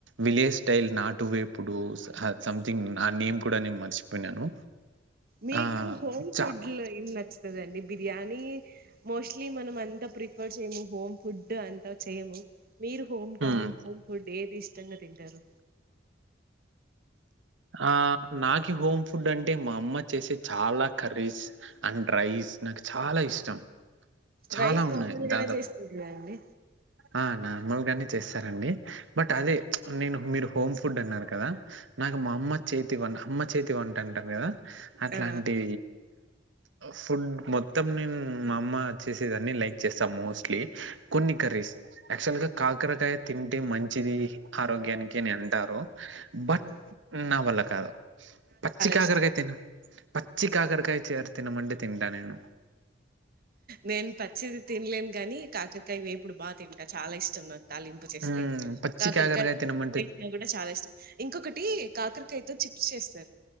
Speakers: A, on the right; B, on the right.
A: విలేయజ్ స్టైల్ నాట్ టు వేప్పుడు స హ సంథింగ్ ఆ నేమ్ కూడ నేను మర్చి పోయినాను
B: మీకు
A: ఆ
B: హోమ్ ఫుడ్
A: ఛ
B: లో ఏం నచ్చుతదండి బిర్యానీ మోస్ట్లీ మనం అంత ప్రిఫర్ చేయము హోమ్ ఫుడ్డ్ అంతా చేయము మీరు home
A: hmm.
B: Town home food ఏది ఇష్టంగ తింటరు
A: ఆ నాకి హోమ్ ఫుడ్ అంటే మా అమ్మ చేసే చాలా కర్రీస్ అండ్ రైస్ నాకు చాలా ఇష్టం చాలా
B: రైస్ నార్మల్
A: ఉన్నాయి
B: గానే
A: దాదాపు
B: చేస్తుంది కదండి
A: ఆ నర్మాల్గానే చేస్తారండి బట్ అదే నేను మీరు హోమ్ ఫుడ్ అన్నారు కదా నా మా అమ్మ చేతి వం అమ్మ చేతి వంట అంటరు గదా అట్లాంటీ
B: ఆ
A: ఫుడ్ మొత్తం నేను మా అమ్మ చేసేదన్ని లైక్ చేస్తాం మోస్ట్లీ కొన్ని కర్రిస్ యక్చుయల్గా కాకరాకాయ్ తింటే మంచిది ఆరోగ్యానికి అని అంటారు బట్
B: మ్
A: నా వల్ల కాదు పచ్చి కాకరకాయ్
B: ఇష్టం
A: తినను పచ్చి కాకరకాయ చారు తినమంటే తింటా నేను
B: నేను పచ్చిది తిన్లేను కాని కాకరకాయ వేపుడు బా తింటా చాలా ఇష్టం నాకు తలిం పు చేస్తే
A: మ్మ్ పచ్చి
B: కాకరకాయ్
A: కాకరకాయ తినమంటే
B: ఫ్రై చికెన్ గూడ చాలా ఇష్టం ఇంకొకటి కాకరకాయతో చిప్స్ చేస్తారు